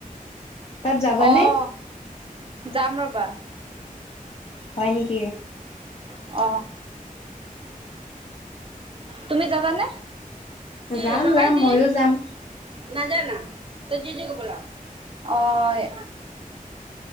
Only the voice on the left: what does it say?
তাত যাবানে?
হয় নিকি?
যাম
যাম
ময়ো যাম।